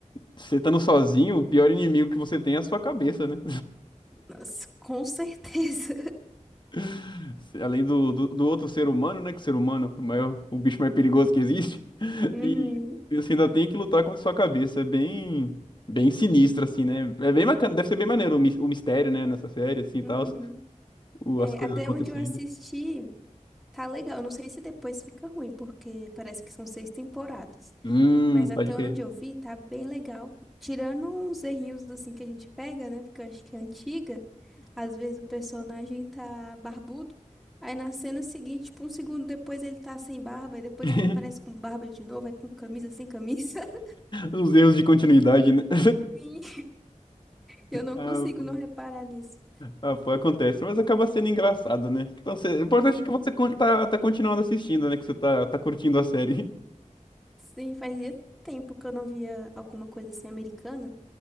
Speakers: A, on the left (about 35°); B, in the centre.
A: você estando sozinho, o pior inimigo que você tem é a sua cabeça, né?
B: Nossa, com certeza. <laughs>
A: <laughs> Além do, do, do outro ser humano, né? Que o ser humano é o maior, o bicho mais perigoso que existe.
B: Uhum,
A: E e você ainda tem que lutar contra sua cabeça. É bem, bem sinistro, assim, né? É bem bacana, deve ser bem maneiro o mis- o mistério, né? Nessa série, assim, e
B: uhum.
A: tal, o-
B: É,
A: as coisas
B: até
A: acontecendo.
B: onde eu assisti, tá legal. Eu não sei se depois fica ruim, porque parece que são seis temporadas.
A: Hum,
B: Mas até
A: pode crer.
B: onde eu vi, tá bem legal. Tirando uns errinhos assim que a gente pega, né? Porque eu acho que é antiga. Às vezes o personagem tá barbudo. Aí na cena seguinte, tipo, um segundo depois ele tá sem barba, e depois
A: <laughs>
B: ele aparece com barba de novo, aí com camisa sem camisa. <laughs>
A: Os erros de continuidade, né? <laughs>
B: Sim, eu não
A: Ah,
B: consigo
A: pô,
B: não reparar nisso.
A: ah, pô, acontece, mas acaba sendo engraçado, né? Então, cê, o importante
B: Uhum.
A: é que você con- tá, tá continuando assistindo, né? Que você tá, tá curtindo a série.
B: Sim, fazia tempo que eu não via alguma coisa assim americana,